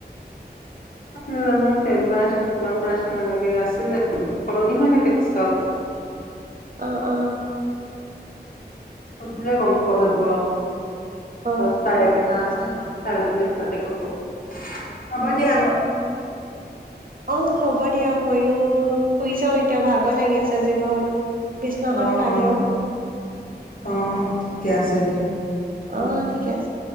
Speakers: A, on the left; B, on the right.
A: জানো জানো টেন পাৰ্চেণ্ট, কিমান পাৰ্চেন্ট এনেকে আছিলে, সলনি হৈ থাকে ডিচকা
B: অ', অ'।
A: সুধিলে গম পোৱা যাব আৰু।
B: অ
A: চস্তা এপ এটা আছে সেই চাললে হঠাতে ক'ব। হ'ব দিয়া
B: অ'। অ' হ'ব দিয়া, ময়ো শুই যাওঁ এতিয়া, ভাগৰ লাগি আছে আজি বহুত। বিচনাখন
A: অ', অ',
B: পাৰি লওঁ
A: অ', অ', ঠিকে আছে দিয়া।
B: অ'
A: উম।
B: ঠিকে আছে।